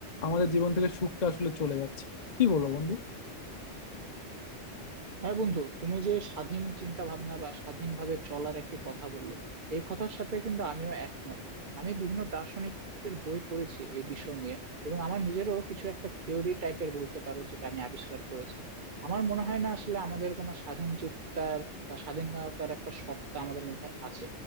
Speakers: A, on the left; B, on the right.
A: আমাদের জীবন থেকে সুখটা আসলে চলে যাচ্ছে কি বলো বন্ধু
B: হ্যাঁ বন্ধু তুমি যে স্বাধীন চিন্তা ভাবনা বা স্বাধীনভাবে চলার একটি কথা বললে এই কথার সাথে কিন্তু আমিও একমত আমি বিভিন্ন দার্শনিকদের বই পড়েছি এই বিষয় নিয়ে এবং আমার নিজেরও কিছু একটা থিওরি টাইপের বলতে পারো যেটা আমি আবিষ্কার করেছি আমার মনে হয় না আসলে আমাদের কোনো স্বাধীন চিত্তার বা স্বাধীনতার একটা সত্তা আমাদের মধ্যে আছে